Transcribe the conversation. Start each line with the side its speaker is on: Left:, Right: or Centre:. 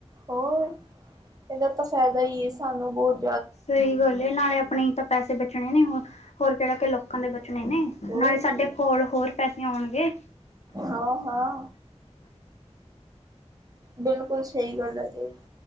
Right: ਹੋਰ ਇਹਦਾ ਤਾਂ ਫਾਇਦਾ ਹੀ ਏ ਸਾਨੂੰ ਬੋਤ
Left: ਸਹੀ ਗੱਲ ਏ, ਨਾਲੇ ਆਪਣੇ ਈ ਤਾਂ ਪੈਸੇ ਬਚਣੇ ਨੇ ਉਹ ਹੋਰ ਕਿਹੜਾ ਕਿ ਲੋਕਾਂ ਦੇ ਬਚਨੇ ਨੇ,
Right: ਹੋਰ
Left: ਨਾਲੇ ਸਾਡੇ
Right: ਕੀ
Left: ਕੋਲ ਹੋਰ ਪੈਸੇ ਆਉਣਗੇ।
Right: ਹਾਂ-ਹਾਂ। ਬਿਲਕੁਲ ਸਹੀ ਗੱਲ ਐ ਤੇਰੀ,